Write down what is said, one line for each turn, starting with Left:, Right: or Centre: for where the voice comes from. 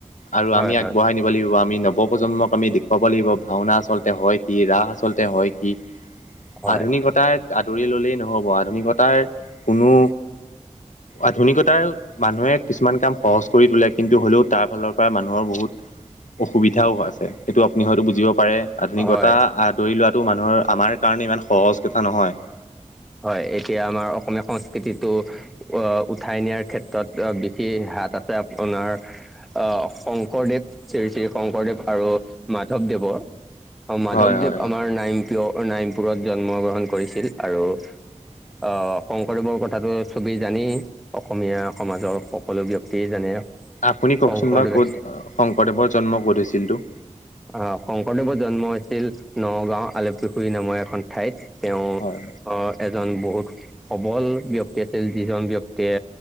Left: আৰু
Centre: হয়
Left: আমি আগবঢ়াই নিব লাগিব আমি নৱপ্ৰজন্মক আমি দেখুৱাব লাগিব ভাওনা আচলতে হয় কি ৰাস আচলতে হয় কি
Centre: হয়
Left: আধুনিকতাই আদৰি ল'লেই নহ'ব আধুনিকতাৰ কোনো আধুনিকতাৰ মানুহে কিছুমান কাম সহজ কৰি তোলে কিন্তু হ'লেও তাৰ ফালৰ পৰা মানুহৰ বহুত অসুবিধাও আছে সেইটো আপুনি হয়টো বুজিব পাৰে আধুনিকতা
Centre: হয়
Left: আদৰি লোৱাটো মানুহৰ আমাৰ কাৰণে ইমান সহজ কথা নহয়
Centre: হয় এতিয়া আমাৰ অসমীয়া সংস্কৃতিটো উঠাই নিয়াৰ ক্ষেত্ৰত বিশেষ আছে আপোনাৰ আহ শংকৰদেৱ শ্ৰী শ্ৰী শংকৰদেৱ আৰু মাধৱদৱ <unintelligible> মাধৱদেৱ
Left: হয় হয় হয়
Centre: আমাৰ নাইনপুৰত নাৰয়নপুৰত জন্ম গ্ৰহণ কৰিছিল আৰু
Left: <inaudible>
Centre: আহ শংকৰদেৱৰ কথাটো চবেই জানেই অসমীয়া সমাজৰ সকলো ব্যক্তিয়ে জানে
Left: আপুনি কওকচোন
Centre: শংকৰদেৱ
Left: বাৰু ক'ত শংকৰদেৱৰ জন্ম ক'ত হৈছিল তো
Centre: অ শংকৰদেৱৰ জন্ম হৈছিল নগাঁও আলুপুখুৰী নামৰ এখন ঠাইত তেওঁ
Left: হয়
Centre: আহ এজন বহুত সবল ব্যক্তি আছিল যিজন ব্যক্তিয়ে